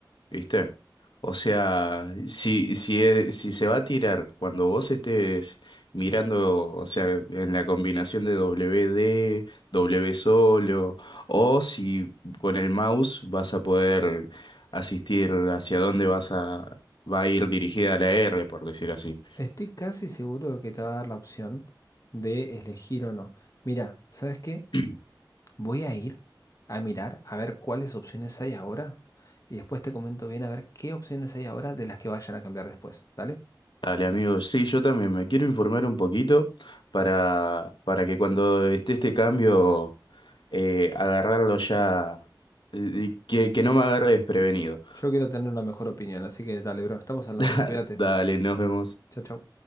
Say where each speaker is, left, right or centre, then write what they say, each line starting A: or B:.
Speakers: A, on the left; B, on the left.
A: ¿viste? O sea, si, si, es- si se va a tirar cuando vos estés mirando, o sea, en la combinación de W D W solo, o si con el mouse vas a poder asistir hacia dónde vas a, va a ir dirigida la R, por decir así.
B: estoy casi seguro que te va a dar la opción de elegir o no. Mira, ¿sabes qué?
A: <clears throat>
B: Voy a ir a mirar a ver cuáles opciones hay ahora y después te comento bien a ver qué opciones hay ahora de las que vayan a cambiar después, ¿dale?
A: Dale, amigos. Sí, yo también me quiero informar un poquito para, para que cuando esté este cambio, eh, agarrarlo ya, eh, que, que no me agarre desprevenido.
B: Yo quiero tener una mejor opinión, así que dale, bro, estamos hablando,
A: <laughs>
B: cuídate.
A: Dale, nos vemos.
B: Chao, chao.